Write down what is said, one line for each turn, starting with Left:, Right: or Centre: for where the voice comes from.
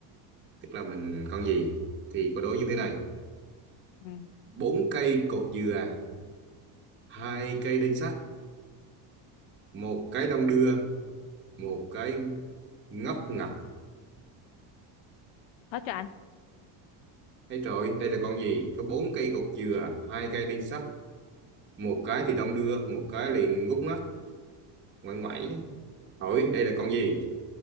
Right: tức là mình con gì. Thì câu đố như thế này.
Left: ừ
Right: Bốn cây cột dừa, hai cây đinh sắt, một cái đong đưa, một cái ngóc ngặt.
Left: nói cho anh
Right: Thấy rồi, đây là con gì? Có bốn cây cột dừa, hai cây đinh sắt, một cái thì đong đưa một cái liền ngút ngắt ngoải ngoải hỏi đây là con gì